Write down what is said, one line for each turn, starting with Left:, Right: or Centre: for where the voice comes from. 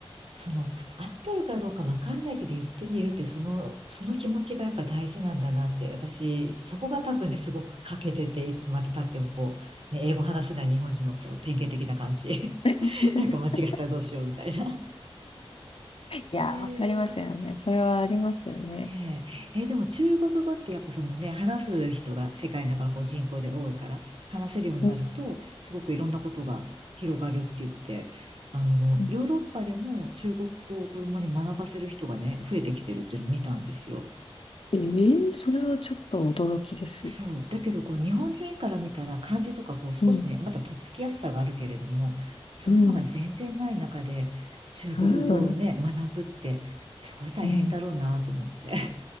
Right: その、合ってるかどうかわかんないけど言ってみるって、その、その気持ちがやっぱ大事なんだなって、私、そこが多分ね、すごく欠けてて、いつまで経ってもこう、ね、英語話せない日本人のこう、典型的な感じ。
Left: <laughs>
Right: <laughs> なんか間違ったらどうしようみたいな。
Left: いやー、
Right: え
Left: わかりますよね。それはありますよね。
Right: ねえ。えーでも中国語ってやっぱそのね、話す人が世界の中のこう人口で多いから、話せるようになると、
Left: うん。
Right: すごくいろんなことが広がるって言って、あの、
Left: うん
Right: ヨーロッパでも中国語を子供に学ばせる人がね、増えてきてるっていうのを見たんですよ。
Left: ええそれはちょっと驚きです。
Right: そう。だけど、こう、日本人から見たら漢字とか、こう、少しね、
Left: うん。
Right: まだとっつきやすさがあるけれども、そういうのが全然ない中で、
Left: うん。
Right: 中国語をね、
Left: うん。
Right: 学ぶって、すごい大変だろうなと思って。
Left: うん